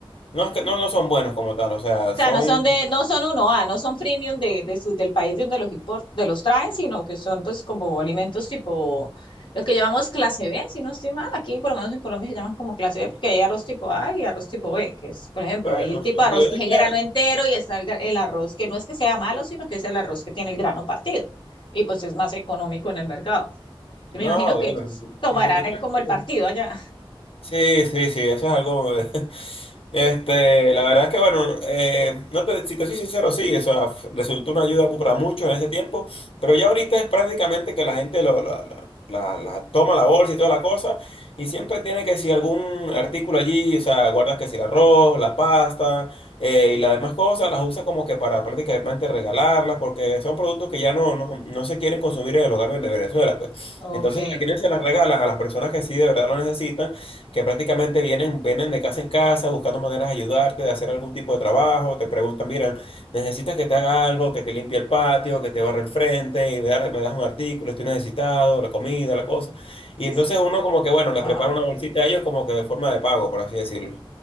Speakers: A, on the left; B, on the left.
A: no es que no, no son buenos como tal, o sea,
B: sea,
A: son
B: no son de, no son uno a no son premium de, de su, del país de donde los import, de los traen, sino que son pues como alimentos tipo los que llamamos clase B, si no estoy mal, aquí por lo menos en Colombia se llaman como clase B porque hay arroz tipo A y arroz tipo B, que es, por ejemplo,
A: buenos.
B: ahí el tipo de arroz
A: yo
B: que
A: diría,
B: es el grano entero y está el, gra- el arroz que no es que sea malo, sino que es el arroz que tiene el grano partido y pues es más económico en el mercado.
A: No,
B: Yo me imagino que
A: bueno,
B: ellos tomarán
A: si supieras
B: eh, como
A: que-
B: el partido allá.
A: Sí, sí, sí, eso es algo. <laughs> Este, la verdad es que, bueno, eh, no te- si te soy sincero, sí, o sea, f- resultó una ayuda mu- para muchos en ese tiempo, pero ya ahorita es prácticamente que la gente lo, la, la- la- la toma la bolsa y toda la cosa, y siempre tiene que si algún artículo allí, o sea, guardas que si el arroz, la pasta eh, y las demás cosas, las usa como que para prácticamente regalarlas, porque son productos que ya no, no, no se quieren consumir en el hogar de de Venezuela, pues.
B: Ok,
A: Entonces, a quienes se las regalan, a las personas que sí de verdad lo necesitan que prácticamente vienen, vienen de casa en casa buscando maneras de ayudarte, de hacer algún tipo de trabajo, te preguntan, miran, necesitas que te haga algo, que te limpie el patio, que te barre el frente, y me das, me das un artículo, estoy necesitado, la comida, la cosa. Y entonces
B: sí,
A: uno como que, bueno, les
B: wow.
A: prepara una bolsita a ellos como que de forma de pago, por así decirlo.